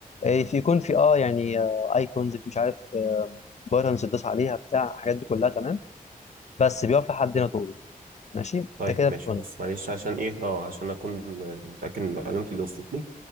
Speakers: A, on the left; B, on the right.
A: آه، في يكون في اه يعني ايكونز مش عارف بارتنز تدوس عليها بتاع الحاجات دي كلها تمام بس بيقف لحد هنا دوره ماشي
B: طيب
A: ده كده
B: ماشي
A: الفرونت
B: بص معلش عشان ايه اه عشان اكون متاكد من معلومتي اللي وصلت لي